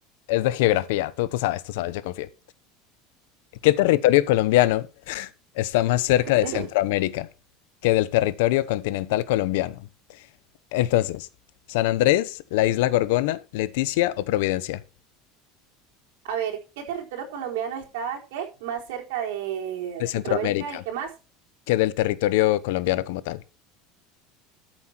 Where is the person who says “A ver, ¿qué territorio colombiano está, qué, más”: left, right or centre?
Right